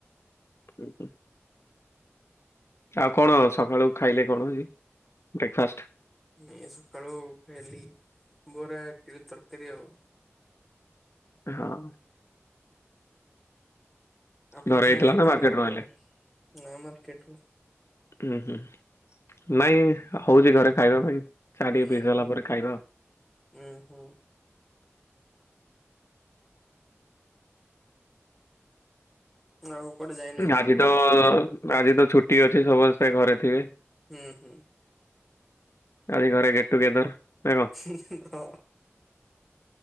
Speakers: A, on the left (about 65°); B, in the centre.
A: ଅଁ, ହଁ। ଆଉ କଣ ସକାଳୁ ଖାଇଲେ କଣ ଆଜି ବ୍ରେକଫାଷ୍ଟ?
B: ଏ ସକାଳୁ ଖାଇଲି ବରା ଇଟିଲି ତରକାରୀ ଆଉ।
A: ହଁ।
B: ଆପଣ
A: ଘରେ
B: ଖାଇନାହାନ୍ତି
A: ହେଇଥିଲା ନା ମାର୍କେଟରୁ
B: ଖାଇବେ ବୋଧେ?
A: ଆଣିଲେ?
B: ନା ମାର୍କଟରୁ
A: ଉଁ, ହୁଁ ନାଇଁ ହଉଛି ଘରେ ଖାଇବା ପାଇଁ। ଚା ଟିକେ
B: ଉଁ,
A: ପିଇ ସାରିଲା
B: ହୁଁ,
A: ପରେ ଖାଇବା ଆଉ।
B: ଉଁ, ହୁଁ। ଆଉ କୁଆଡେ ଯାଇ
A: ଉଁ, ଆଜି ତ ଆଜି ତ ଛୁଟି ଅଛି ସମସ୍ତେ ଘରେ ଥିବେ।
B: ଉଁ, ହୁଁ।
A: ଆଜି ଘରେ ଗେଟ୍ ଟୁଗେଦର୍ ନା କଣ?
B: ହୁଁ, ହୁଁ, ହଁ।